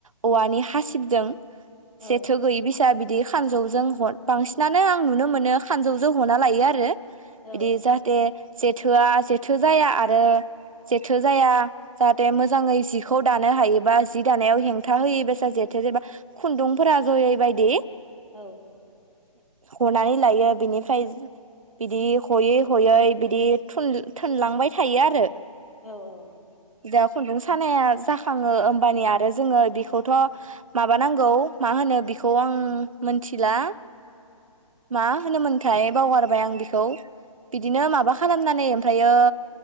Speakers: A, on the right; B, on the left.
A: औवानि हासिबजों जेथो
B: औ
A: गैयि फिया बिदि खानजौजों ह बांसिनानो आं नुनो मोनो खानजौजों हना लायो आरो
B: औ
A: बिदि जाहाथे जेथोआ जेथो जाया आरो जेथो जाया जाहाथे मोजाङै जिखौ दानो हायोबा जि दानायाव हें खोथा होयो बेसाद जेथो जेनबा खुन्दुंफोरा जयै बायदि
B: औ।
A: हनानै लायो बिनिफ्राय बिदि हयै हयै बिदि थ थोनलांबाय थायो आरो
B: औ औ।
A: बा खुन्दुं सानाया जाखाङो होमबानि आरो जोङो बेखौथ माबा नांगौ मा होनो बेखौ आं मोनथिला मा। होनोमोनथाय बावगारबाय आं बिखौ बिदिनो माबा खालामनानै ओमफ्रायो